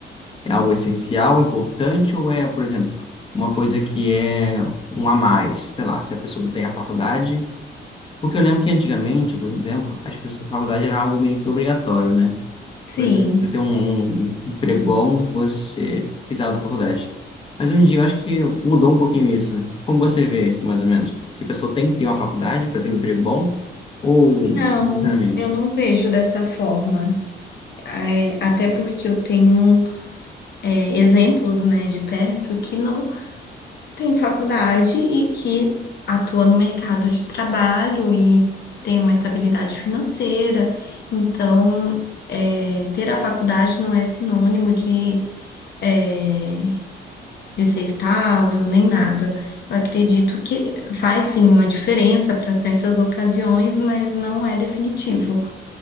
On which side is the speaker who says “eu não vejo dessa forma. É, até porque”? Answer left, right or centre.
Left